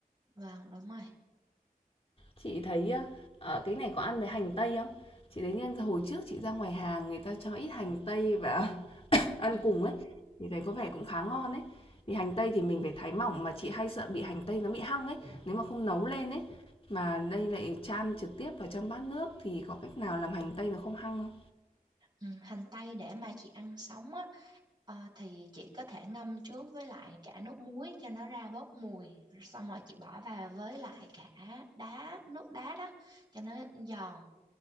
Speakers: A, on the right (about 30°); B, on the left (about 35°).
A: Vâng, đúng rồi.
B: Chị thấy á, ờ, cái này có ăn với hành tây không? Chị thấy nhân hồi trước chị ra ngoài hàng người ta cho ít hành tây và <laughs> ăn
A: Ừ.
B: cùng ấy, thì thấy có vẻ cũng khá ngon ấy. Thì hành tây thì mình phải thái mỏng mà chị hay sợ bị hành tây nó bị hăng ấy, nếu mà không nấu lên ấy, mà đây lại chan trực tiếp vào trong bát nước thì có cách nào làm hành tây nó không hăng không?
A: Ừ. Hành tây để mà chị ăn sống á, ờ, thì chị có thể ngâm trước với lại cả nước muối cho nó ra bớt mùi. Xong rồi chị bỏ vào với lại cả đá, nước đá đó cho nó giòn.